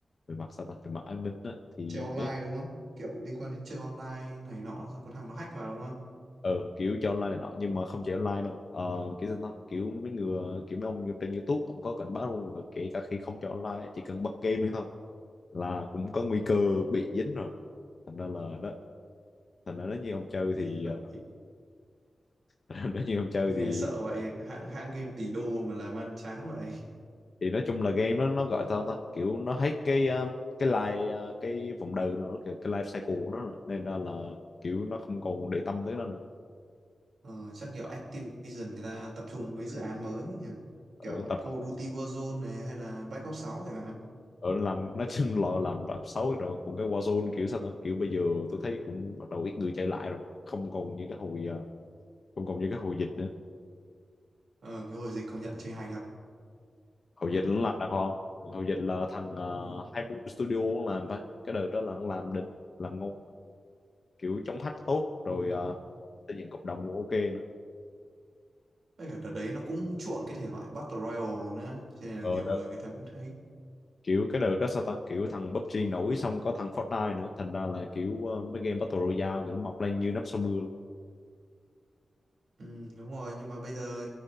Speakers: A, on the left; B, on the right.
A: về mặt sao ta về mặt an ninh á thì
B: chơi online
A: nếu
B: đúng không kiểu liên quan đến chơi online này nọ sao có thằng nó hack vào đúng không
A: ờ kiểu cho online này nọ nhưng mà không chỉ online đâu Ờ, kiểu sao ta kiểu mấy người kiểu mấy ông trên YouTube ông có cảnh báo luôn là kể cả khi không cho online chỉ cần bật game lên thôi là cũng có nguy cơ bị dính rồi thành ra là đó thành ra nếu như ông chơi
B: gì
A: thì
B: vậy
A: ờ, <laughs> nếu như ông chơi
B: nghe
A: thì
B: sợ vậy hãng hãng game tỷ đô mà làm ăn chán vậy
A: thì nói chung là game nó nó gọi sao ta kiểu nó hết cái um, cái life ờ, cái vòng đời nó cái, cái life cycle của nó nữa. nên ra là kiểu nó không còn để tâm tới nó nữa
B: ờ, chắc kiểu Activision người ta tập trung mấy dự án mới ấy nhỉ
A: ở
B: kiểu
A: tập
B: Call of Duty Warzone này hay là Black Ops 6 chẳng hạn
A: ở nó làm nó <laughs> chung là làm bạn xấu rồi còn cái Warzone kiểu sao ta kiểu bây giờ tôi thấy cũng bắt đầu ít người chơi lại rồi không còn như cái hồi à, không còn như cái hồi dịch nữa
B: ờ, cái hồi dịch công nhận chơi hay thật
A: hồi
B: hồi
A: dịch nó
B: dịch
A: làm đàng hoàng hồi dịch là thằng uh,
B: ờ,
A: hai mươi studio nó làm phải cái đợt đó là nó làm đỉnh làm ngon kiểu chống hack tốt rồi
B: ờ,
A: à, xây dựng cộng đồng cũng ok nữa
B: tất cả đợt đấy nó cũng chuộng cái thể loại Battle Royale nữa cho nên là
A: ờ
B: nhiều
A: đợt
B: người người ta cũng thấy
A: kiểu cái đợt đó sao ta kiểu thằng PUBG nổi xong có thằng Fortnite nữa thành ra là kiểu ờ, mấy game Battle Royale kiểu mọc lên như nắm sau mưa luôn
B: ừ, đúng rồi nhưng mà bây giờ